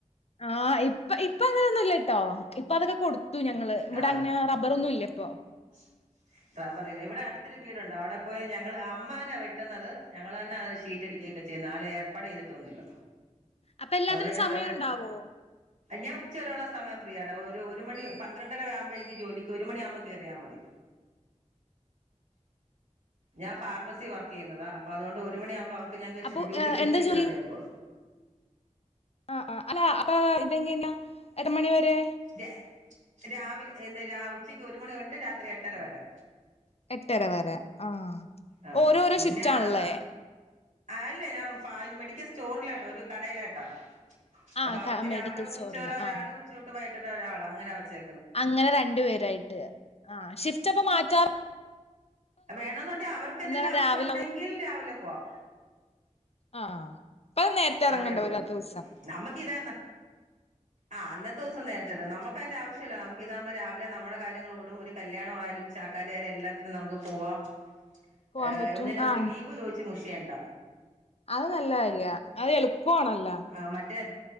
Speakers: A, on the left; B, on the right.
A: ആഹ് ഇപ്പ ഇപ്പ അങ്ങനെന്നുല്ലട്ടോ ഇപ്പ അതൊക്കെ കൊടു ത്തു ഞങ്ങള് ഇവടെ
B: ആഹ്
A: അങ്ങനെ റബ്ബറൊന്നും ഇല്ല ഇപ്പോ.
B: <unintelligible> റബ്ബറില്ലേ ഇവിടെ അടുത്തൊരു വീടൊണ്ട് അവട പോയി ഞങ്ങള് അമ്മന്നേ വെട്ടുന്നത് ഞങ്ങള്ന്നാ ഷീറ്റ് അടിക്ക്യക്കെ ച്ച് നാളെ ഏർപ്പാട് ചെയ്തിട്ടൊന്നുല്ല.
A: അപ്പൊ എല്ലാത്തിനും
B: അതുകൊണ്ട്ന്നെ
A: സമയം
B: വെറുതെ
A: ഉണ്ടാവോ
B: ഞാൻ ഉച്ചവരെയുള്ള സമയം ത്രീ അടവ് ഒരു ഒരു മണി പന്ത്രണ്ടര ആവുമ്പോ എനിക്ക് ജോലിക്ക് ഒരു മണിയാകുമ്പോ കേറിയാ മതി. ഞാൻ ഫാർമസി വർക്ക് യ്യുന്നതാ അപ്പ അതുകൊണ്ട് ഒരു മണിയാകുമ്പോ അവ ഇപ്പ ഞങ്ങക്ക്
A: അപ്പൊ
B: ഷി ഡ്യൂട്ടി
A: ഏഹ്
B: ഷിഫ്റ്റ്
A: എന്താ
B: ഇട്ട്
A: ജോലി
B: തന്നേക്കുവാ.
A: ആഹ് ആഹ് അല്ല അപ്പൊ ഇതെങ്ങനാ ഒര് മണിവരെ
B: ദേ രാവിലെ എന്ത്‌ രാ ഉച്ചയ്ക്ക് ഒരു മണി തൊട്ട് രാത്രി എട്ടര വരെ.
A: എട്ടര വരെ ആഹ്
B: ആ
A: ഓരോരോ
B: പിന്നെ
A: ഷിഫ്റ്റ് ആൺല്ലേ.
B: അവ അല്ല ഞാൻ ഫാത് മെഡിക്കൽ സ്റ്റോറിലായിട്ട ഒരു കടേലായിട്ടാ.
A: ആഹ്
B: അപ്പൊ അവർക്ക്
A: ക
B: രാവിലെട്ട്
A: മെഡിക്കൽ സ്റ്റോറില്
B: ഉച്ചവരെ ഒരാള്
A: ആഹ്
B: ഉചൊട്ട് വൈകിട്ട് വരെ ഒരാള് അങ്ങനെ വെച്ചേ
A: അങ്ങനെ രണ്ടു പേരായിട്ട് ആഹ് ഷിഫ്റ്റപ്പ മാറ്റാർ
B: വേണോന്നുണ്ടെ അവർക്ക് എന്തെലും
A: എന്ന് പറഞ്ഞാ
B: ആവശ്യം
A: രാവിലെ
B: ഉണ്ടെങ്കിൽ രാവിലെ പോവാം.
A: ആഹ്, അപ്പൊ നേരത്തെ എറങ്ങേണ്ടാ
B: അതേ ഉള്ളൂ
A: വരാതൊസം.
B: നമുക്ക് ഇതാന്ന ആഹ് ന്നത്തെ ദിവസം നേരത്തെ നമ്മക്ക് അയ്ന്റെ ആവശ്യല്ല നമ്മ ഇതാക്മ്പോ രാവിലെ നമ്മടെ കാര്യങ്ങളോടും ഒരു കല്യാണം ആയാലും ചാക്കാലി ആയാലും എല്ലാത്തിനും നമുക്ക് പോവാം.
A: പോവാൻ
B: ഏഹ്
A: പറ്റും
B: ഒന്നിനും നമുക്ക്
A: ആഹ്
B: ലീവ് ചോയിച്ച് മുഷിയേണ്ട.
A: അത് നല്ലകാര്യാ അത് എളുപ്പവാണല്ല.
B: ആഹ് മറ്റേ